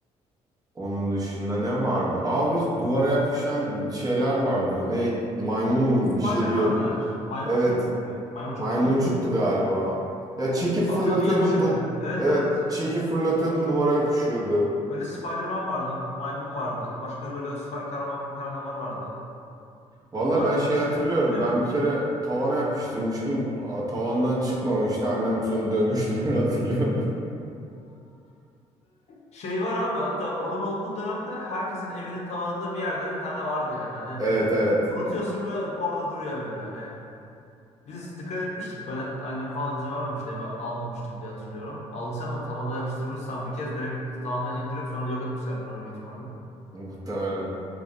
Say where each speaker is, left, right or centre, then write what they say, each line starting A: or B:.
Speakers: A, on the right (about 30°); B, on the left (about 55°).
A: Onun dışında ne vardı? Abi duvara yapışan şeyler vardı. Ne? Maymun mu
B: Spiderman'ler.
A: bir şey diyordu.
B: Maymuncuk
A: Evet,
B: mu diyorduk? Maymuncuk
A: maymuncuktu
B: demiyorduk bunları
A: galiba.
B: öyle.
A: Ya çekip fırlatıyordun.
B: Atıyordun yapışıyordu.
A: Du
B: Evet
A: evet,
B: evet.
A: çekip fırlatıyordun duvara yapışıyordu.
B: Böyle Spiderman vardı. Maymun vardı. Başka böyle süper kahraman gibi kahramanlar vardı.
A: Valla
B: Bunlar
A: ben
B: ilginçti.
A: şey hatırlıyorum.
B: Bir,
A: Ben bir kere tavana yapıştırmıştım. A- Tavandan çıkmamıştı. Annem soru dövmüştü <laughs> beni hatırlıyorum.
B: Şey var abi hatta onun olduğu dönemde herkesin evinin tavanında bir yerde bir tane vardı yani. Hani
A: Evet evet.
B: unutuyorsun ve orada duruyor böyle. Hani biz dikkat etmiştik. Ben anneme falan izin vermemişti. Eve almamıştım diye hatırlıyorum. Aldıysan da tavana yapıştırmışsam bir kez direkt tavandan indirip sonra yok etmişlerdir onu büyük ihtimalle.
A: Muhtemelen.